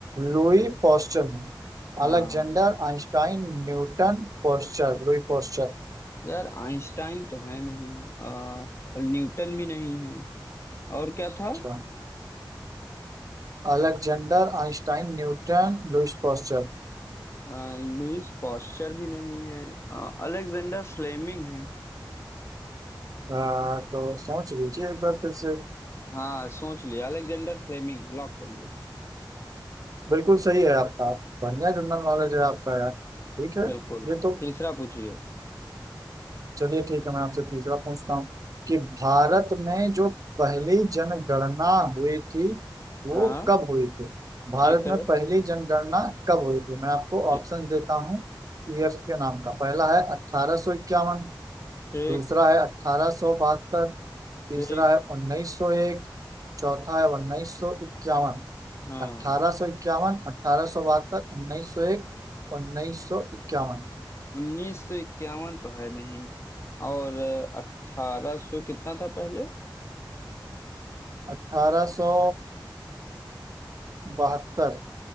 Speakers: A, on the right; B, on the left.
A: लुई पॉस्चर ने
B: हाँ
A: Alexander Einstein Newton Pasteur Louis Pasteur
B: यार आइंस्टाइन तो है नहीं आ, न्यूटन भी नहीं है और क्या था
A: अच्छा Alexander Einstein Newton Louis Pasteur
B: आ, लुईस पॉस्चर भी नहीं है आ, अलेक्जेंडर फ्लेमिंग है
A: आ, तो सोच लीजिए एक बार फिर से
B: हाँ सोच लिया अलेक्जेंडर फ्लेमिंग लॉक करिए
A: बिल्कुल सही है आपका बढ़िया जनरल नॉलेज है आपका यार ठीक है
B: बिल्कुल
A: ये तो
B: तीसरा पूछिए
A: चलिए ठीक है मैं आपसे तीसरा पूछता हूँ कि भारत में जो पहली जनगणना हुई थी वो
B: हाँ
A: कब हुई थी भारत
B: ठीक है
A: में पहली जनगणना कब हुई थी मैं आपको
B: ठीक
A: ऑप्शन देता हूँ ईएफ के नाम का पहला है अठारह सौ इक्यावन
B: ठीक
A: दूसरा है अठारह सौ बहत्तर तीसरा
B: ठीक
A: है उन्नीस सौ एक चौथा है उन्नीस सौ इक्यावन
B: हाँ
A: अठारह सौ इक्यावन अठारह सौ बहत्तर उन्नीस सौ एक उन्नीस सौ इक्यावन
B: उन्नीस सौ इक्यावन तो है नहीं और अठारह सौ कितना था पहले
A: अठारह सौ बहत्तर